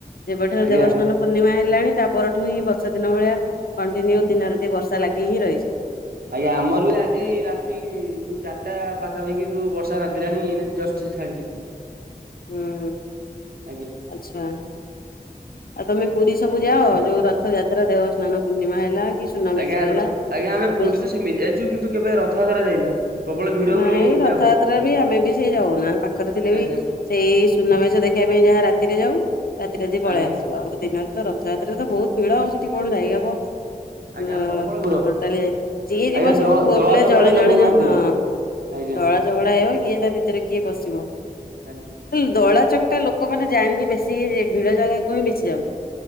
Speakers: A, on the left; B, on the right.
A: ଯେବେଠାରୁ
B: ଆଜ୍ଞା
A: ଦେବସ୍ନାନ ପୂର୍ଣ୍ଣିମା ହେଲାଣି ତା ପରଠୁ ହିଁ ବର୍ଷା ଦିନ ଭଳିଆ କଣ୍ଟିନ୍ୟୁ ଦିନ ରାତି ବର୍ଷା ଲାଗି ହିଁ ରହିଛି।
B: ଆଜ୍ଞା ଆମର ବି ଆଜି ରାତି ଯୋଉ ଚାରିଟା ପାଖାପାଖିରୁ ଯୋଉ ବର୍ଷା ରାଧିଲାଣି ଏଇନ ଜଷ୍ଟ ଛାଡିଛି ଟିକେ।
A: ହୁଁ
B: ଆଜ୍ଞା
A: ଆଚ୍ଛା। ଆଉ ତମେ ପୁରୀ ସବୁ ଯାଅ ଯୋଉ ରଥଯାତ୍ରା ଦେହସ୍ନାନ ପୂର୍ଣ୍ଣିମା ହେଲା। କି ସୁନାବେଶ
B: ଆଜ୍ଞା
A: ହେଲା
B: ର ଆଜ୍ଞା
A: ଏବେ
B: ପୁରୀ ତ ସେମିତି ଯାଇଛୁ କିନ୍ତୁ କେବେ ରଥଯାତ୍ରା ଯାଇନୁ। ପ୍ରବଳ ଭିଡ
A: ନାଇଁ
B: ବୋଲି
A: ରଥଯାତ୍ରା
B: ଯାଉନା
A: ବି ଆମେ ବି ସେଇ ଯାଉନା ପାଖରେ ଥିଲେ ବି
B: ଆଜ୍ଞା
A: ସେଇ ସୁନାବେେଶ ଦେ ମ ଯାହା ରାତିରେ ଯାଉ ରାତି ରାତି ପଳେଇ
B: ଆଜ୍ଞା
A: ଆସୁ। ଆଉ ଦିନରେ ତ ରଥଯାତ୍ରାରେ ତ ବହୁତ ଭିଡ ଆଉ ସେଠି କଣ ଯାଇହବ।
B: ଆଜ୍ଞା
A: ଓ
B: ପ୍ରବଳ ଭିଡ
A: ଟୋଟାଲି ଯିଏ ଯିବ
B: ଆଜ୍ଞା
A: ସବୁ
B: ଦ
A: ପୁଅ
B: ଦଳା
A: ପିଲା
B: ଚକଟାରେ
A: ଜଣେ ଜଣେ
B: ଲୋକଙ୍କୁ ମାରିଦେବେ।
A: ହଁ।
B: ଆଜ୍ଞା
A: ଧଳା ଝଗଡା ହେବ କିଏ ତା ଭିତରେ କିଏ ପଶିବ।
B: ଆଜ୍ଞା
A: ଦଳା ଚକ ଟା ଲୋକମାନେ ଜାଇିକି ବେଶୀ ଭିଡ ଜାଗାକୁ ହିଁ ବେଶି ଯାଉଛନ୍ତି।